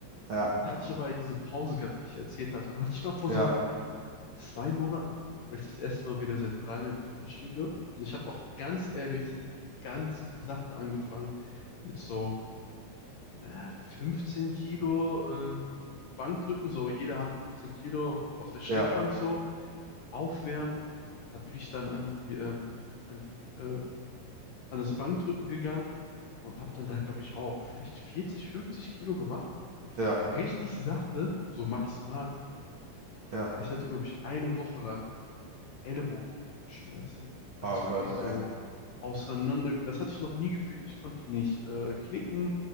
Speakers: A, on the right; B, on the left.
A: ja,
B: Da hatte ich aber diese Pause gehabt, die ich erzählt hatte. Und da hatte ich mal vor
A: ja,
B: so zwei Monaten, war ich das erste Mal wieder seit langem im Fitnessstudio. Und ich habe auch ganz ehrlich, ganz sachte angefangen mit so äh, 15 Kilo ähm, Bankdrücken, so jede Hand 15 Kilo auf der Schrägbank
A: ja,
B: so, aufwärmen. Da bin ich dann an die, ähm, an die äh, an das Bankdrücken gegangen und habe dann da, glaube ich, auch vielleicht 40, 50 Kilo gemacht.
A: ja,
B: Richtig sachte, so maximal.
A: ja.
B: Ich hatte, glaube ich, eine Woche lang Ellenbogenschmerzen, als
A: Oh
B: ob
A: Gott,
B: die so
A: ey.
B: auseinander. Das hatte ich noch nie gefühlt. Ich konnte die nicht äh, knicken,